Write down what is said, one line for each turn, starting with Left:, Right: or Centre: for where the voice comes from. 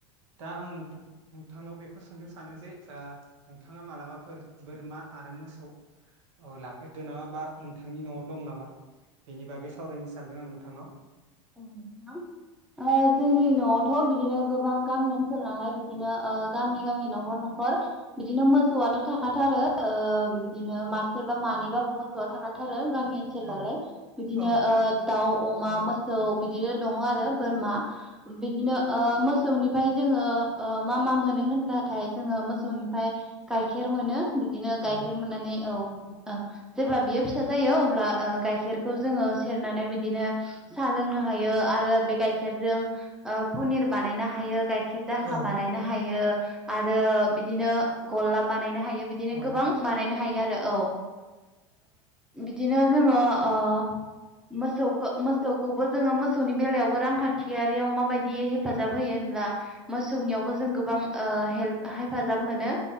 Right: दा आंनो नोंथांनाव बेखौ सोंनो सानो जे ओ नोंथाङा मालाबाफोर बोरमा आरो मोसौ लाफेरदो नामा बा नोंथांनि नआव दं नामा? बेनि बागै सावरायनो सानदों आं नोंथांनाव
Centre: औ नोंथां ओ जोंनि नआवथ' बिदिनो गोबां गामि ओनसोल नालाय बिदिनो ओ गामि गामि नखर नखर बिदिनो मोसौआथ' थाखाथारो ओ बिदिनो मासे बा मानैबाबो मोसौआ थाखाथारो गामि ओनसोल नालाय
Right: औ
Centre: बिदिनो
Right: औ
Centre: दाउ अमा मो सौ बिदिनो दङ आरो बोरमा बिदिनो ओ मोसौनिफ्राय जोङो ओ मा मा मोनो होनब्लाथाय जोङो मोसौनिफ्राय गाइखेर मोनो। बिदिनो गाइखेर
Right: औ
Centre: मोननानै औ- ओ जेब्ला बियो फिसा जायो अब्ला ओ गाइखेरखौ जोङो सेरनानै बिदिनो साहा लोंनो हायो आरो बे गाइखेरजों ओ पनिर बानायनो हायो। गाइखेर दाखा
Right: औ
Centre: बानायनो हायो। आरो बिदिनो गला बानायनो हायो। बे बिदिनो
Right: औ
Centre: गोबां बानायनो हायो आरो औ बिदिनो जोङो ओ मोसौखो मोसौ मौसौखौबो जोङो मो मोसौनि बेलायावबो रांखान्थियारियाव माबायदि हेफाजाब होयो होनब्ला मोसौनियावबो जों गोबां ओ हेल्प हेफाजाब मोनो।